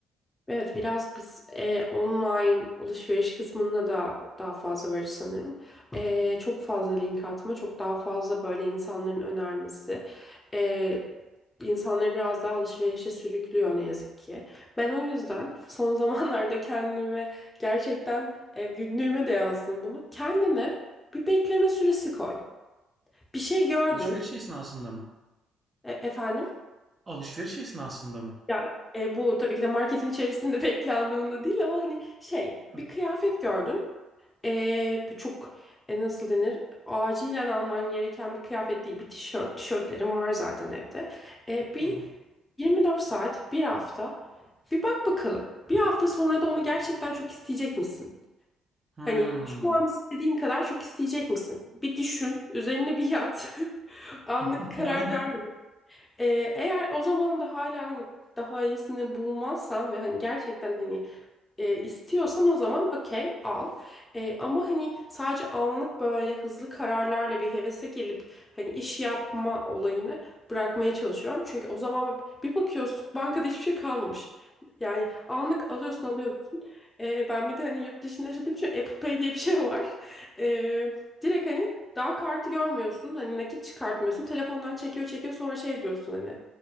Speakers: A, on the left; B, on the right.
A: Evet biraz biz e, online alışveriş kısmında da daha fazla varız sanırım. E, çok fazla link atma, çok daha fazla böyle insanların önermesi. E, insanları biraz daha alışverişe sürüklüyor ne yazık ki. Ben o yüzden son <laughs> zamanlarda kendime gerçekten e, günlüğüme de yazdım bunu. Kendine bir bekleme süresi koy. Bir şey gördün
B: Alışveriş esnasında mı?
A: e, efendim.
B: Alışveriş esnasında mı?
A: Ya e, bu tabii ki de marketin içerisinde <laughs> bekle anlamında değil ama hani şey
B: Hı,
A: bir kıyafet gördün. E, bu çok e, nasıl denir? Acilen alman gereken bir kıyafet değil. Bir tişört. Tişörtlerim var zaten evde. E, bir
B: tamam.
A: 24 saat, bir hafta. Bir bak bakalım. Bir hafta sonra da onu gerçekten çok isteyecek misin?
B: Hmm.
A: Hani şu an istediğin kadar çok isteyecek misin? Bir düşün, üzerine bir yat. <laughs> Anlık
B: <laughs>
A: karar
B: Aynen.
A: verme. Ee, eğer o zaman da hala hani daha iyisini bulmazsam ve hani gerçekten hani e, istiyorsan o zaman okey al. E, ama hani sadece anlık böyle hızlı kararlarla bir hevese gelip hani iş yapma olayını bırakmaya çalışıyorum. Çünkü o zaman bir bakıyorsun bankada hiçbir şey kalmamış. Yani anlık alıyorsun alıyorsun. E, ben bir de hani yurt dışında yaşadığım için Apple Pay diye bir şey var. E, direkt hani daha kartı görmüyorsun. Hani nakit çıkartmıyorsun. Telefondan çekiyor çekiyor sonra şey diyorsun hani.